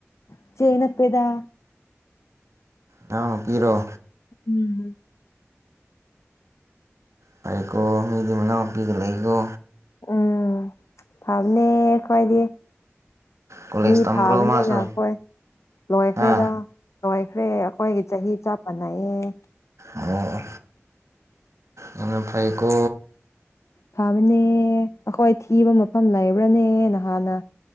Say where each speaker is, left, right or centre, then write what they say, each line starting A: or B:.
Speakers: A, on the left; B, on the right.
A: ꯏꯆꯦ ꯅꯠꯇꯦꯗ
B: ꯅꯅꯥꯎꯅꯨꯄꯤꯔꯣ
A: ꯎꯝ
B: ꯅꯩꯀꯣ ꯃꯤꯗꯤ ꯃꯅꯥꯎ ꯄꯤꯒ ꯂꯩꯀꯣ
A: ꯎꯝ ꯐꯕꯅꯦ ꯈꯣꯏꯗꯤ
B: ꯀꯣꯂꯦꯖ
A: ꯃꯤ
B: ꯇꯝꯕ꯭ꯔꯣ
A: ꯐꯥꯕꯅꯤꯅ
B: ꯃꯥꯁꯨ
A: ꯈꯏ ꯂꯣꯏꯈ꯭ꯔꯦꯗ
B: ꯍꯥ
A: ꯂꯣꯏꯈ꯭ꯔꯦ ꯑꯩꯈꯣꯏꯒꯤ ꯆꯍꯤ ꯆꯞ ꯃꯥꯅꯩꯑꯦ
B: ꯑꯣꯑꯣ ꯌꯥꯝꯅ ꯐꯩꯀꯣ
A: ꯐꯕꯅꯦ ꯑꯩꯈꯣꯏ ꯊꯤꯕ ꯃꯐꯝ ꯂꯩꯕ꯭ꯔꯅꯦ ꯅꯍꯥꯟꯅ